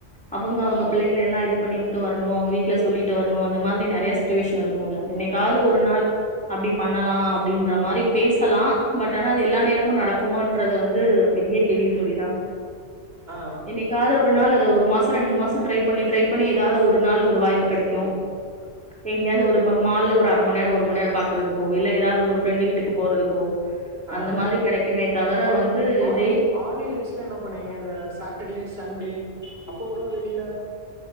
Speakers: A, in the centre; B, on the right.
A: அவுங்க அவுங்க
B: அ
A: பிள்ளைங்கள எல்லா இது பண்ணி விட்டு வரணு அவுங்க வீட்ல சொல்லிட்டு வர்ணு அந்த மாரி நெறைய சிட்டுவேஷன் இருக்குல என்னைக்காவ்து
B: அ
A: ஒரு நாள் அப்டி பண்ணலா அப்டின்ற மாரி பேசலா பட் ஆனா அது எல்லா நேர மு நடக்குமான்றது வந்து பெரிய கேள்விக்குறிதா
B: அ
A: என்னைக்காது ஒரு ஒரு நாள் அத ஒரு மாச ரெண்டு மாச ட்ரை பண்ணி ட்ரை பண்ணி ஏதாவ்து ஒரு நாள் ஒரு வாய்ப்பு கெடைக்கு
B: <inaudible>
A: எங்கயாது ஒரு ம மால்ல ஒரு அர மண் நேரொ ஒரு மண் நேரொ பாக்றதுக்கோ இல்ல ஏதாது ஒரு ஃப்ரெண்டு வீட்டுக்கு போறதுக்கோ
B: அ
A: அந்த மாரி கெடைக்குமே தவர
B: ஹாலிடே
A: வந்து
B: ஹாடி
A: டெய்
B: ஹாலிடேஸ்ல என்ன பண்ணுவீங்க இந்த சாட்டடே சண்டே அப்ப கூட வெளில